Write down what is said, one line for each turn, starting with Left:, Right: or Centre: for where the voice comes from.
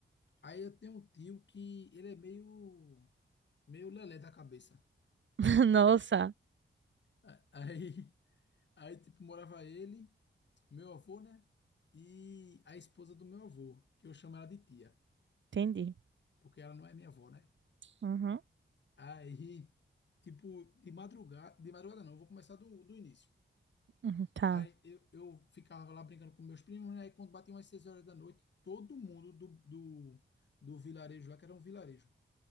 Left: Aí eu tenho um tio que ele é meio meio lelé da cabeça.
Right: <laughs> Nossa,
Left: A- Aí <laughs> aí tipo morava ele, meu avô, né? E a esposa do meu avô, que eu chamo ela de tia,
Right: entendi.
Left: porque ela não é minha avó, né?
Right: Uhum.
Left: Aí tipo de madrugada, de madrugada não, eu vou começar do, do início.
Right: Uhum, Tá.
Left: Aí eu, eu ficava lá brincando com meus primos, né? Aí quando batiam as seis horas da noite, todo mundo do, do, do vilarejo lá, que era um vilarejo,